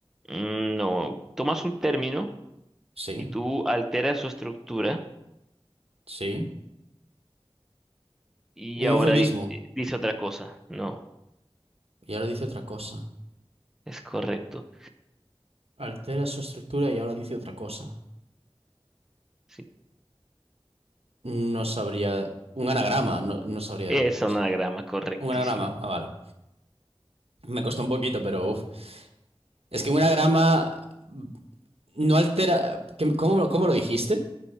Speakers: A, in the centre; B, on the right.
A: Mm, No, tomas un término
B: Sí,
A: y tú alteras su estructura
B: sí.
A: y
B: Un
A: ahora
B: eufemismo.
A: di- dice otra cosa. No,
B: Y ahora dice otra cosa.
A: es correcto.
B: Altera su estructura y ahora dice otra cosa.
A: Sí.
B: No sabría. Un anagrama, no, no sabría.
A: Es
B: no
A: un
B: sé.
A: anagrama, correctísimo.
B: Un anagrama, ah, vale. Me costó un poquito, pero uf. Es que un anagrama mm, no altera. ¿qué- ¿Cómo, lo- cómo lo dijiste?